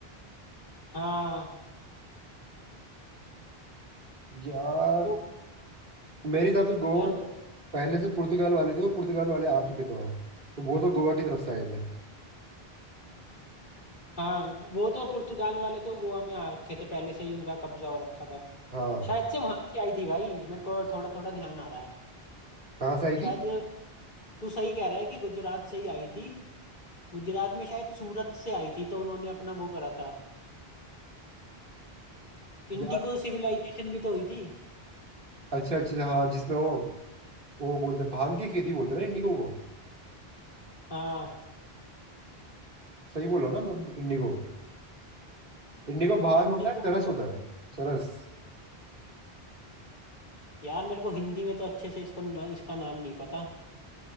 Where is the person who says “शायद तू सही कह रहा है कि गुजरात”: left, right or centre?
Left